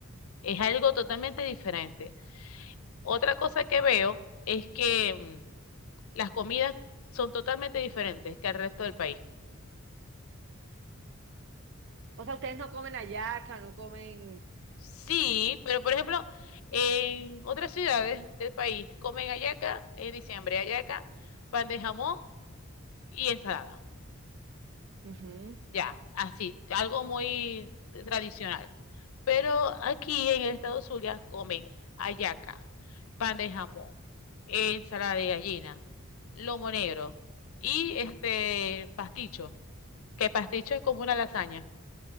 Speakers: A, on the left (about 75°); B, on the right (about 60°).
A: Es algo totalmente diferente. Otra cosa que veo es que mm, las comidas son totalmente diferentes que el resto del país.
B: O sea, ustedes no comen hallaca, no comen...
A: Sí, pero por ejemplo, en otras ciudades del país comen hallaca en diciembre, hallaca, pan de jamón y ensalada.
B: Ujú.
A: Ya, así, algo muy tradicional. Pero aquí en el estado Zulia comen hallaca, pan de jamón, ensalada de gallina, lomo negro y este pasticho, que pasticho es como una lasaña.